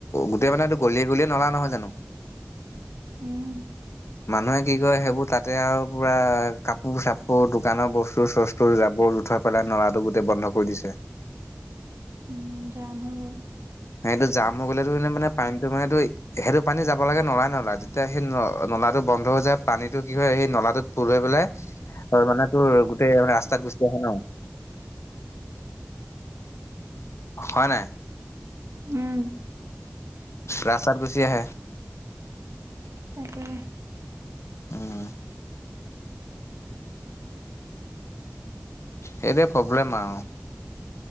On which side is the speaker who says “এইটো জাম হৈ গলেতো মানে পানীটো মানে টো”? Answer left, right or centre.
Left